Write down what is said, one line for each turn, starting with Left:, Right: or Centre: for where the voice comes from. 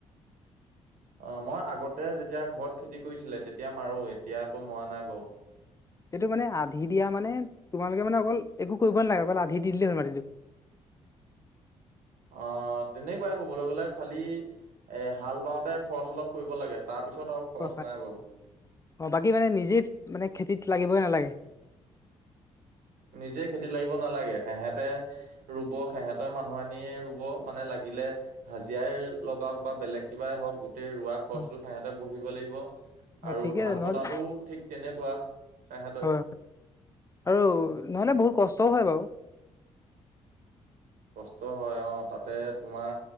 Right: অ', মই আগতে যেতিয়া ঘৰত খেতি কৰিছিলে তেতিয়া মাৰো এতিয়া আকৌ মৰা নাই বাৰু।
Left: এইটো মানে আধি দিয়া মানে তোমালোকে মানে অকল একো কৰিব নালাগে অকল আধি দি দিলে হয় মাটিটো।
Right: অঁ, তেনেকুৱাই কবলৈ গ'লে খালি এ হাল বাওঁতে খৰচ অলপ কৰিব লাগে তাৰ পিছত আৰু খৰচ
Left: অ,
Right: নাই বাৰু
Left: অ, বাকী মানে নিজে মানে খেতিত লাগিবই নালাগে।
Right: নিজে খেতি লিব নালাগে সেহঁতে ৰুব সিহঁতৰ মানুহ আনিয়ে ৰুব মানে লাগিলে হাজিৰা লগাওক বা বেলেগ কিবাই হওক গোটেই ৰোৱাক খৰচটো
Left: হয়
Right: সিহঁতে বহিব লাগিব
Left: হয়
Right: আৰু
Left: ঠিকে
Right: ধান
Left: নহ'লে
Right: কটাটো ঠিক তেনেকুৱা। সেহেঁতৰে
Left: হয়, আৰু নহ'লে বহুত কষ্টও হয় বাৰু।
Right: কষ্ট হয় অ' তাতে তোমাৰ